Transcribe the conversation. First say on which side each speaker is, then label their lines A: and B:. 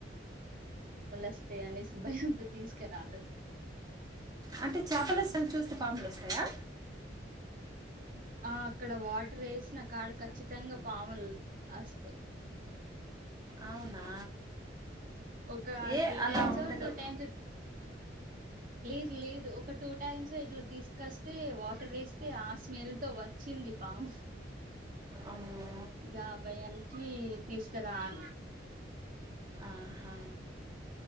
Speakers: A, on the right (about 45°); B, on the right (about 20°).
A: వస్తాయ్ అనేసి భయంతో తీసుకురారు
B: అంటే చేపల <unintelligible> చూస్తే పాములు వస్తాయా
A: ఆ అక్కడ వాటర్ ఎసిన కాడ ఖచ్చితంగా పాములు వస్తాయి
B: అవునా
A: ఒక
B: ఏ
A: త్రీ
B: అలా
A: టైమ్స్
B: ఉండదు
A: ఓ టూ టైమ్స్ లేదు లేదు ఒక టూ టైమ్స్ ఇట్లా తీసుకొస్తే వాటర్ ఎస్తే ఆ స్మెల్ తో వచ్చింది పాము
B: అమ్మో
A: ఇగ ఆ భయానికి తీసుకురాలే
B: అహా